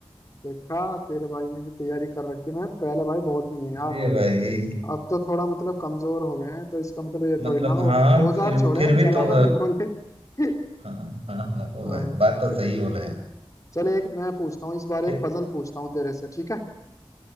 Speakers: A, on the left; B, on the right.
A: देखा तेरे भाई ने भी तैयारी कर रखी मैं पहले भाई बहुत दिए हैं यार
B: अरे भाई
A: अब तो थोड़ा मतलब कमजोर हो गए हैं तो इसका मतलब ये
B: मतलब
A: थोड़ी ना
B: हाँ
A: हो औजार
B: फिर
A: छोड़े
B: फिर
A: चलाना
B: भी तो
A: नहीं बोले <laughs>
B: हाँ हाँ हाँ ओ
A: हाँ
B: भाई बात तो सही बोले आप
A: चले एक मैं पूछता हूँ इस बार
B: फिर
A: एक पजल पूछता हूँ तेरे से ठीक है